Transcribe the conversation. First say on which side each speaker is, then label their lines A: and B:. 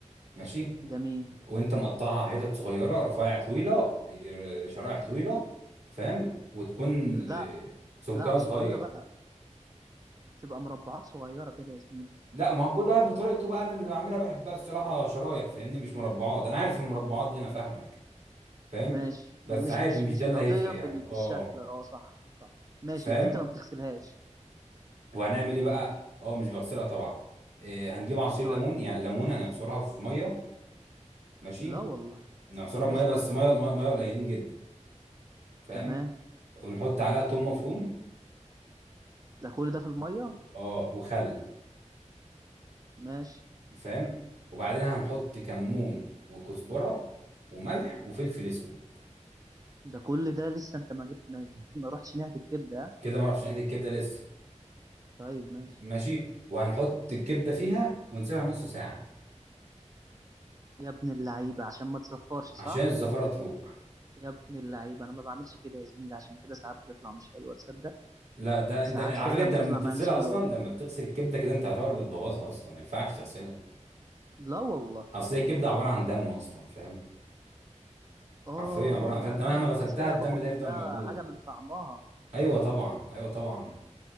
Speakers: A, on the right; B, on the right.
A: ماشي
B: جميل
A: وانت مقطعها حتت صغيره رفيع طويله إيه، شرائح طويله فاهم وتكون
B: لا
A: إيه، سمكها
B: لا مش
A: صغير
B: طويله بقى تبقى مربعات صغيرة كده يا زميلي
A: لا ما هو كل واحد بطريقته بقى انا اللي بعملها بحبها الصراحه شرايح فاهمني مش مربعات انا عارف المربعات دي انا فاهمك فاهم
B: ماشي
A: بس
B: ما- مش
A: عادي
B: مش
A: مش
B: مش
A: ده اللي
B: القضية
A: هيفرق يعني
B: في ال-
A: اه
B: في الشكل اه صح صح ماشي
A: فاهم
B: يعني انت ما بتغسلهاش
A: وهنعمل ايه بقى اه مش بغسلها طبعا إيه هنجيب عصير
B: طيب
A: ليمون يعني ليمونه نعصرها في ميه ماشي
B: لا والله
A: نعصرها
B: ماشي
A: بميه بس
B: ود
A: ميه ميه مية قليلين جدا فاهم
B: تمام
A: ونحط عليها توم مفروم
B: ده كل ده في المية
A: اه وخل
B: ماشي
A: فاهم وبعدين هنحط كمون وكزبره وملح وفلفل اسود
B: ده كل ده لسه انت ما جبت ما جبت- <laughs> ما رحتش ناحية الكبدة ها؟
A: كده ما رحتش ناحيه الكبده لسه
B: طيب ماشي
A: ماشي وهنحط الكبده فيها ونسيبها نص ساعه
B: يا ابن اللعيبة عشان ما تزفرش صح
A: عشان الزفره تروح
B: يا ابن اللعيبة انا ما بعملش كده يا زميلي عشان كده ساعات بتطلع مش حلوة تصدق
A: لا ده
B: ساعات
A: انت على
B: فعلا
A: فكره انت
B: بتطلع
A: لما بتغسلها
B: معايا مش حلوة
A: اصلا لما بتغسل الكبده كده انت هتعتبر بتبوظها اصلا ما ينفعش تغسلها
B: لا والله
A: اصل هي الكبده عباره عن دم اصلا فاهم
B: اه
A: حرفيا عباره عن فانت
B: يعني
A: مهما
B: انا لما
A: غسلتها
B: بغسلها
A: الدم
B: باخد
A: ده
B: منها
A: يفضل موجود
B: حاجة من طعمها
A: ايوه طبعا ايوه طبعا